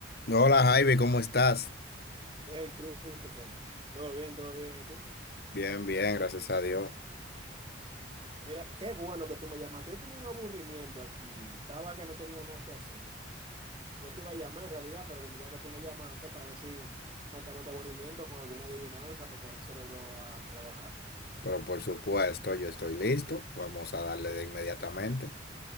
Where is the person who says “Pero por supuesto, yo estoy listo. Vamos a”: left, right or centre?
Left